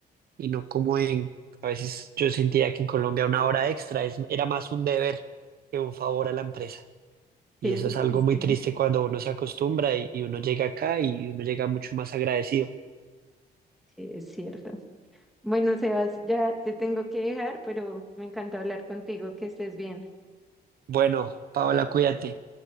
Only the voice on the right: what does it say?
y no como en, a veces yo sentía que en Colombia una hora extra es, era más un deber que un favor a la empresa. Y
eso es algo
muy
triste cuando uno se acostumbra y, y uno llega acá y uno llega mucho más agradecido.
Bueno, Paola, cuídate.